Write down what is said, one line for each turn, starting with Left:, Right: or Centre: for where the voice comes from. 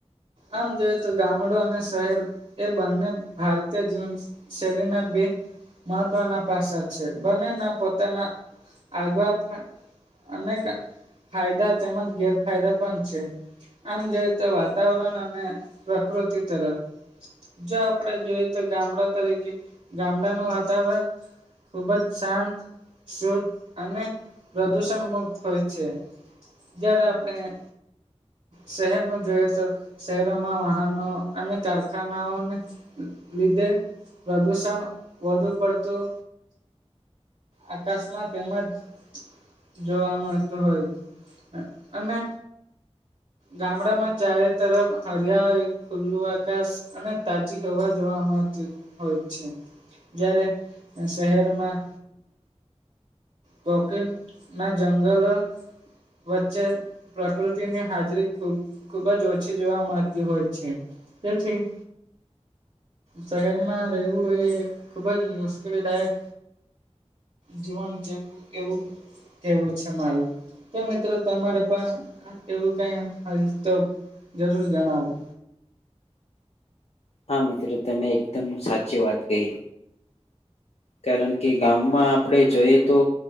Right: આમ જોય તો ગામડું અને શહેર એ બંને ભારતીય જીવન શૈલીના. બે મહત્વના પાસા છે, બનેના પોતાના આગવા. અનેક ફાયદા તેમજ ગેરફાયદા પણ છે. આમ જોઈ તો વાતાવરણ અને પ્રકૃતિ તરફ. જો આપણેે જોઈએ તો ગામડા તરીકે ગામડાનું વાતાવરણ. ખૂબ જ શાંત શુદ્ધ અને પ્રદુષણ મુક્ત હોય છે. જયારે આપણેે. શહેર નું જોઈએ તો શહેરોમાં વાહનો અને કારખાનાઓને. લીધે પ્રદુષણ વધુ પડતું. આકાશમાં <unintelligible> જોવા મળતો હોય છે, અને. ગામડામાં ચારે તરફ હરિયાળ ખુલ્લું આકાશ અને તાજી હવા જોવા <unintelligible> હોય છે, જ્યારે શહેરમાં. કોકન ના જંગલ. વચ્ચે પ્રકૃતિની હા. <unintelligible> ખૂબ જ ઓછી જોવા મળતી હોય છે, તેથી. શહેરમાં રહેવું એ ખુબ જ મુશ્કેલીદાયક. જીવન જેવ એવું. કેવું છે મારું તો મિત્રો તમારે પણ એવું ક હ તો જરૂર જણાવો
Left: હા મિત્રો તમે એકદમ સાચી વાત કહી. કારણ કે ગામમાં આપણેે જોઈએ તો